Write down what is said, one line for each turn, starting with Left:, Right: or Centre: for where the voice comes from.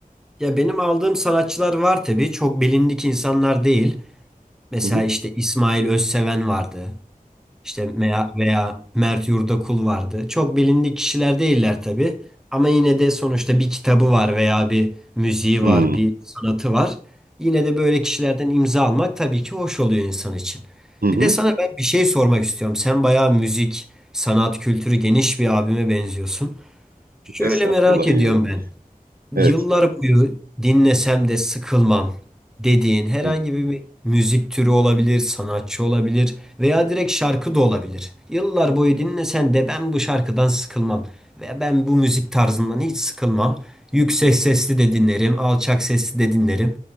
Centre: Ya benim aldığım sanatçılar var tabii. Çok bilindik insanlar değil. Mesela
Right: Hı hı.
Centre: işte İsmail Özseven vardı. İşte veya, veya Mert Yurdakul vardı. Çok bilindik kişiler değiller tabii. Ama yine de sonuçta bir kitabı var veya bir müziği var,
Right: Hı
Centre: bir sanatı var. Yine de böyle kişilerden imza almak tabii ki hoş oluyor insan için.
Right: hı. hı.
Centre: Bir de sana ben bir şey sormak istiyorum. Sen bayağı müzik, sanat, kültürü geniş bir abime benziyorsun. Şöyle
Right: Estağfurullah
Centre: merak ediyorum
Right: eminim.
Centre: ben.
Right: Evet.
Centre: Yıllar boyu dinlesem de sıkılmam dediğin herhangi
Right: Hı.
Centre: bir müzik türü olabilir, sanatçı olabilir veya direkt şarkı da olabilir. Yıllar boyu dinlesen de ben bu şarkıdan sıkılmam ve ben bu müzik tarzından hiç sıkılmam. Yüksek sesli de dinlerim, alçak sesli de dinlerim.